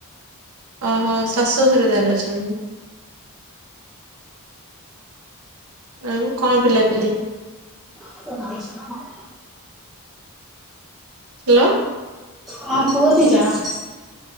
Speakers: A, on the right; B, in the centre.
A: ଓହୋ ଶାଶୁ ଘରେ ତାହାଲେ ଅଛନ୍ତି। ଆଉ କଣ ପିଲାପିଲି?
B: <unintelligible>
A: ହାଲୋ।
B: ହଁ ପୁଅ ଦି ଜଣ।